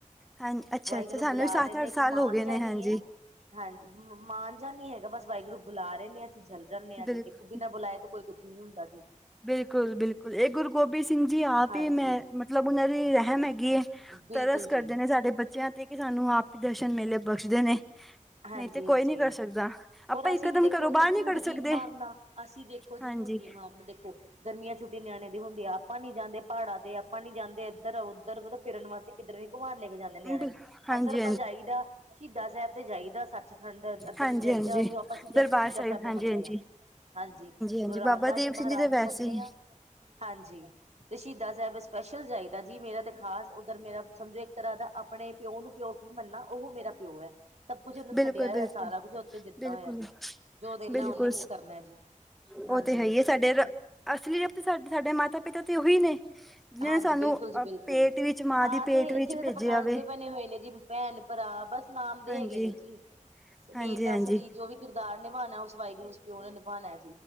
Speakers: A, in the centre; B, on the right.
A: ਹਾਂ ਅੱਛਾ
B: ਵਾਹਿਗੁਰੂ
A: ਅੱਛਾ ਸਾਨੂੰ
B: ਬੁਲਾ
A: ਵੀ ਸੱਤ
B: ਰਹੇ ਨੇ
A: ਅੱਠ
B: ਇੱਕ
A: ਸਾਲ
B: ਮਾਨ
A: ਹੋ ਗਏ
B: ਜਿਆ
A: ਨੇ
B: ਨਹੀ
A: ਹਾਂਜੀ
B: ਏ ਹਾਂਜੀ ਮਾਨ ਜੇਹਾ ਨੀ ਹੈਗਾ ਬਸ ਵਾਹਿਗੁਰੂ ਬੁਲਾ ਰਹੇ ਨੇ ਅਸੀ ਚਲੇ ਜਾਂਨੇ ਹਾਂ
A: ਬਿਲਕੁਲ
B: ਜੀ, ਦੇਖੋ ਬਿਨਾਂ ਬੁਲਾਏ ਤੋਂ ਕੋਈ ਕੁਛ ਨੀ ਹੁੰਦਾ ਜੀ
A: ਬਿਲਕੁਲ-ਬਿਲਕੁਲ ਇਹ ਗੁਰੂ ਗੋਬਿੰਦ ਸਿੰਘ ਜੀ ਆਪ
B: ਹਾਂਜੀ
A: ਹੀ ਮੈਂ ਮਤਲਬ ਉਹਨਾਂ ਦੀ ਰਹਿਮ ਹੈਗੀ ਏ
B: ਬਿਲਕੁਲ
A: ਤਰਸ ਕਰਦੇ
B: ਜੀ
A: ਨੇ ਸਾਡੇ ਬੱਚਿਆਂ ਤੇ ਕਿ ਸਾਨੂੰ ਆਪ ਹੀ ਦਰਸ਼ਨ ਮੇਲੇ ਬਖਸ਼ਦੇ ਨੇ
B: ਹਾਂਜੀ
A: ਨਹੀਂ ਤੇ
B: ਹਾਂਜੀ
A: ਕੋਈ ਨੀ ਕਰ ਸਕਦਾ ਆਪਾਂ
B: ਔਰ ਅਸੀਂ
A: ਇਕਦਮ
B: ਵੀ ਦੇਖੋ
A: ਘਰੋ
B: ਜੀ
A: ਬਾਹਰ ਨੀ
B: ਝੂਠ
A: ਕੱਢ
B: ਕੀ
A: ਸਕਦੇ
B: ਮਰਨਾ ਅਸੀਂ ਦੇਖੋ ਜੀ
A: ਹਾਂਜੀ
B: ਝੂਠ ਕੀ ਮਾਰਨਾ ਦੇਖੋ ਗਰਮੀਆਂ ਛੁੱਟੀ ਨਿਆਣੇ ਦੇ ਹੁੰਦੀ ਆ ਆਪਾਂ ਨੀ ਜਾਂਦੇ ਪਹਾੜਾਂ ਤੇ ਆਪਾਂ ਨੀ ਜਾਂਦੇ ਇੱਧਰ ਉੱਧਰ ਬ ਫਿਰਨ ਵਾਸਤੇ ਕਿੱਧਰ ਨੀ ਘੁਮਾਉਣ ਲੈ ਕੇ ਜਾਂਦੇ ਨਿਆਣਿਆਂ
A: ਹਾਂਜੀ
B: ਨੂੰ
A: ਹਾਂਜੀ
B: ਅਗਰ ਆਪਾਂ ਜਾਈਦਾ ਸ਼ਹੀਦਾ ਸਾਹਿਬ ਤੇ ਜਾਈਦਾ ਸੱਚਖੰਡ ਇੱਧਰ
A: ਹਾਂਜੀ
B: ਲਿਜਾਈਦਾ
A: ਹਾਂਜੀ
B: ਜੋ ਆਪਾਂ ਸ਼ਹੀਦਾ
A: ਦਰਬਾਰ
B: ਸਾਹਿਬ ਨੂੰ
A: ਹਾਂਜੀ
B: ਮੰਨਦੇ
A: ਹਾਂਜੀ
B: ਹਾਂ ਹਾਂਜੀ
A: ਹਾਂਜੀ
B: ਗੁਰੂ ਰਾਮਦਾਸ
A: ਬਾਬਾ ਦੀਪ
B: ਜੀ
A: ਸਿੰਘ
B: ਮਹਾਰਾਜ
A: ਦੇ ਵੈਸੇ
B: ਨੂੰ ਮੰਨਨੇ
A: ਹੀ
B: ਆ ਹਾਂਜੀ ਅਤੇ ਸ਼ਹੀਦਾ ਸਾਹਿਬ ਸਪੈਸ਼ਲ ਜਾਈਦਾ ਜੀ ਮੇਰਾ ਤੇ ਖਾਸ ਉੱਧਰ ਮੇਰਾ ਸਮਝੋ ਇੱਕ ਤਰ੍ਹਾਂ ਦਾ ਆਪਣੇ ਪਿਓ ਨੂੰ ਪਿਓ ਕੀ ਮੰਨਨਾ ਉਹ ਮੇਰਾ ਪਿਓ ਹੈ ਸਭ ਕੁਛ ਉਹਨੂੰ
A: ਬਿਲਕੁਲ
B: ਛੱਡਿਆ ਹੋਇਆ
A: ਬਿਲਕੁਲ
B: ਸਾਰਾ ਕੁਛ ਉਤੇ ਦਿੱਤਾ
A: ਬਿਲਕੁਲ
B: ਹੋਇਆ ਜੀ ਜੋ ਦੇਨਾ
A: ਬਿਲਕੁਲ
B: ਉਹਨੇ ਕੁਛ ਕਰਨਾ ਜੀ
A: ਉਹ
B: ਹਾਂਜੀ
A: ਤੇ ਹੈ ਹੀ ਏ ਸਾਡੇ ਰ ਅਸਲੀ ਤਾ ਸਾਡੇ ਮਾਤਾ ਪਿਤਾ ਤੇ ਉਹੀ ਨੇ ਜਿਹਨਾਂ
B: ਹਾਂਜੀ
A: ਨੇ ਸਾਨੂੰ
B: ਬਿਲਕੁਲ ਜੀ
A: ਅ
B: ਬਿਲਕੁਲ
A: ਪੇਟ ਵਿੱਚ ਮਾਂ
B: ਆਹ
A: ਦੀ ਪੇਟ
B: ਤੇ
A: ਵਿੱਚ
B: ਏਥੇ
A: ਭੇਜਿਆ
B: ਤੇ ਪਖੰਡ
A: ਵੇ
B: ਦੇ ਬਣੇ ਹੋਏ ਨੇ ਜੀ ਭੈਣ ਭਰਾ ਬਸ ਨਾਮ ਦੇ
A: ਹਾਂਜੀ
B: ਹੈਗੇ ਨੇ ਜੀ
A: ਹਾਂਜੀ
B: ਮੇਨ ਦਾ
A: ਹਾਂਜੀ
B: ਅਸਲੀ ਜੋ ਵੀ ਕਿਰਦਾਰ ਨਿਭਾਣਾ ਉਸ ਵਾਹਿਗੁਰੂ ਉਸ ਪਿਓ ਨੇ ਨਿਭਾਣਾ